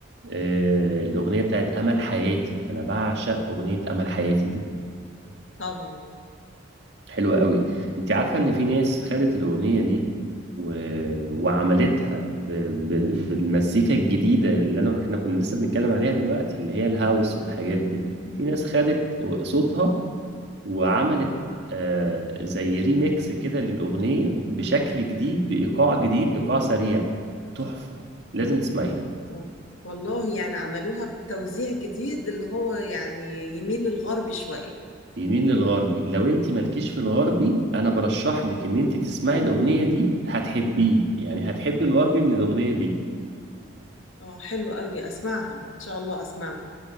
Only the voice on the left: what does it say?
مم.
طبعا
مم.
مم.
و- والله يعني عملوها بتوزيع جديد اللي هو يعني يميل للغرب شويه
اه حلو قوي اسمعها ان شاء الله اسمعها